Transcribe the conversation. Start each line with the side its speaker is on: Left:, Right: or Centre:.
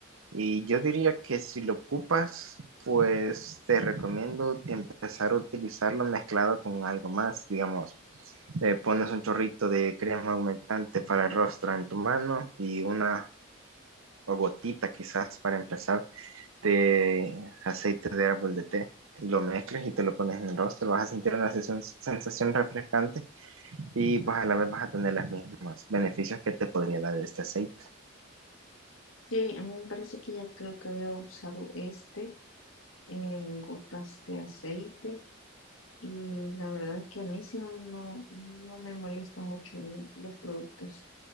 Right: Y yo diría que si lo ocupas, pues te recomiendo empezar a utilizarlo mezclado con algo más, digamos. eh, pones un chorrito de crema aumentante para el rostro en tu mano y una o gotita quizás para empezar de aceite de árbol de té. Lo mezclas y te lo pones en el rostro, vas a sentir una sens- sensación refrescante y pues a la vez vas a tener los mismos beneficios que te podría dar este aceite.
Left: Sí, a mí me parece que ya creo que había usado este en gotas de aceite Y la verdad es que a mí sí no, no, no me molesta mucho el- los productos.